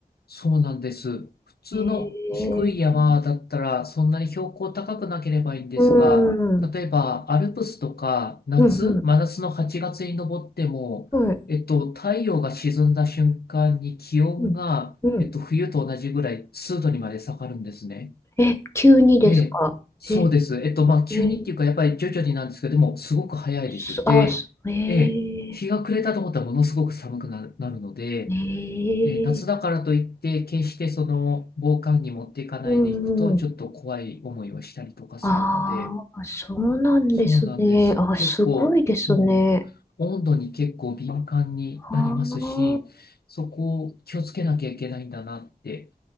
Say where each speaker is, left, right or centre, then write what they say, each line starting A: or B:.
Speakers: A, on the left; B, on the left.
A: そうなんです。普通の低い山だったらそんなに標高高くなければいいんですが、
B: へえうん、
A: 例えばアルプスとか夏、
B: うん、
A: 真夏の8月に登っても、
B: うん、はい。
A: えっと、太陽が沈んだ瞬間に気温が、
B: うん、うん。
A: えっと、冬と同じぐらい数度にまで下がるんですね。
B: え、急にですかえ、
A: ええ、そうです。えっと、まあ、急にっていうか、
B: え
A: やっぱり徐々になんですけど、でも、すごく早いです。
B: すあ、
A: で、
B: すええ
A: ええ、日が暮れたと思ったらものすごく寒くなる、なるので、
B: ええ
A: え、夏だからといって、決してその防寒着持っていかないでいくと、
B: うんうん。
A: ちょっと怖い思いをしたりとかするので、
B: ああ、そうなんですね。
A: そうなんです。
B: あ、
A: 結構、
B: すごいですね。
A: そう、温度に結構敏感になりますし、
B: ああ、
A: そこを気をつけなきゃいけないんだなって